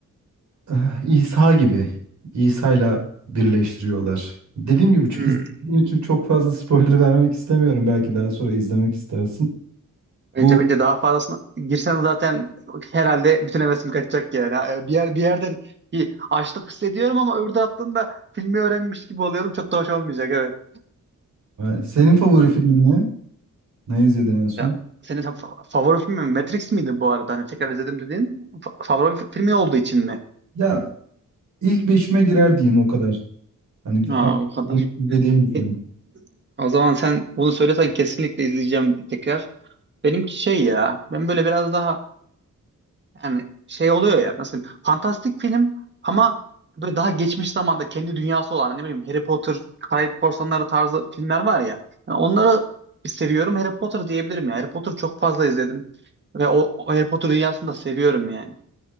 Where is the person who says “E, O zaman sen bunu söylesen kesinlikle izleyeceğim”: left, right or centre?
Right